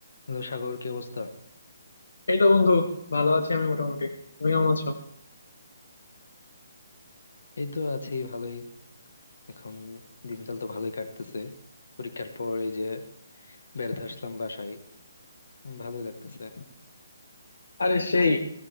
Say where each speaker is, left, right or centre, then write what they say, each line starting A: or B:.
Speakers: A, on the left; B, on the left.
A: Hello Sagar কি অবস্থা
B: এই তো বন্ধু ভালো আছি আমি মোটামুটি তুমি কেমন আছো
A: এই তো আছি ভালোই এখন দিনকাল তো ভালোই কাটতেছে পরীক্ষার পর এই যে বেড়াতে আসলাম বাসায় উম, ভালোই লাগতেছে
B: আরে সেই